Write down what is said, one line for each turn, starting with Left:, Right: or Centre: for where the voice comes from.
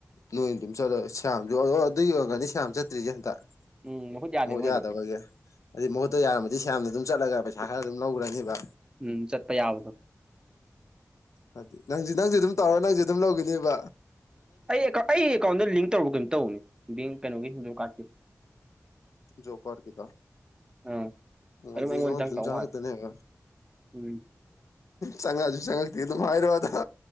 Left: ꯅꯣꯏꯗꯨ ꯑꯗꯨꯝ ꯆꯠꯂꯌꯥꯝꯁꯨ ꯑꯗꯨꯒꯤ ꯌ ꯑꯣꯏꯔꯒꯅꯤ ꯁꯌꯥꯝ ꯆꯠꯇ꯭ꯔꯤꯁꯦ ꯍꯟꯇꯛ
Right: ꯎꯝ ꯃꯍꯨꯠ ꯌꯥꯗꯦꯕ
Left: ꯃꯖꯥꯗꯕꯒꯦ
Right: ꯍꯧꯖꯤꯛ
Left: ꯑꯗꯨꯩ ꯃꯍꯨꯠꯇ ꯌꯥꯔꯝꯃꯗꯤ ꯁ ꯌꯥꯝꯅ ꯑꯗꯨꯝ ꯆꯠꯂꯒ ꯄꯩꯁꯥ ꯈꯔ ꯑꯗꯨꯝ ꯂꯧꯈ꯭ꯔꯅꯤꯕ
Right: ꯎꯝ ꯆꯠꯄ ꯌꯥꯕꯗꯣ
Left: ꯎꯝꯗꯤ ꯅꯪꯁꯨ ꯅꯪꯁꯨ ꯑꯗꯨꯝ ꯇꯧꯔ ꯅꯪꯁꯨ ꯑꯗꯨꯝ ꯂꯧꯈꯤꯅꯦꯕ
Right: ꯑꯩ ꯑꯩ ꯑꯦꯀꯥꯎꯟꯗ ꯂꯤꯡ ꯇꯧꯔꯨꯔꯕ ꯀꯩꯝꯇ ꯇꯧꯅꯤ ꯕꯦꯡ ꯀꯩꯅꯣꯒꯤ ꯍꯗ ꯀꯥꯔꯠꯀꯤ
Left: ꯖꯣ ꯀꯣꯔꯔꯒꯤꯗ
Right: ꯑꯥ
Left: ꯃꯗꯤ
Right: ꯑꯗꯨꯝ ꯑꯩꯉꯣꯟꯗ
Left: ꯅꯣ ꯑꯗꯨ
Right: ꯆꯪ ꯇꯧ
Left: ꯆꯥꯡꯉ
Right: ꯃꯥꯜꯂꯦ
Left: ꯇꯅꯦ ꯌꯥ
Right: ꯎꯝ
Left: ꯆꯪꯉꯛꯑꯁꯨ ꯆꯪꯉꯛꯇꯦ ꯑꯗꯨꯝ ꯍꯥꯏꯔꯣ ꯑꯗ